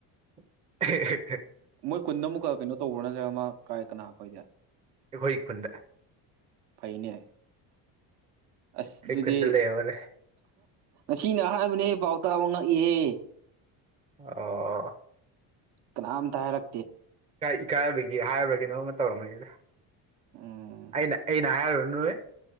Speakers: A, on the right; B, on the right.
A: <unintelligible>
B: ꯃꯣꯏ ꯀꯨꯟꯗ ꯑꯃꯨꯛꯀ ꯀꯩꯅꯣ ꯇꯧꯕ꯭ꯔꯣꯥ ꯅꯠꯇ꯭ꯔꯒ ꯃꯥ ꯀꯥꯏ ꯀꯅꯥ ꯀꯣꯏꯒꯦ
A: ꯑꯩꯈꯣꯏ ꯈꯨꯟꯗ
B: ꯐꯩꯅꯦ ꯑꯁ
A: ꯑꯩꯈꯣꯏ
B: ꯑꯗꯨꯗꯤ
A: ꯈꯨꯟꯗ ꯂꯩꯍꯧꯔꯦ
B: ꯑꯁꯤꯅ ꯑꯍꯥꯟꯕꯅꯦꯍꯦ ꯄꯥꯎꯇꯥꯕ ꯉꯛꯏꯍꯦ
A: ꯑꯣ
B: ꯀꯅꯥꯝ ꯊꯥ ꯍꯥꯏꯔꯛ
A: ꯏꯀꯥꯏꯅꯕꯒꯤ ꯍꯥꯏꯕ꯭ꯔꯥ ꯀꯩꯅꯣꯝꯃ ꯇꯧꯔꯝꯃꯅꯤꯗ
B: ꯎꯝ
A: ꯑꯩꯅ ꯑꯩꯅ ꯍꯥꯏꯔꯨ ꯅꯣꯏ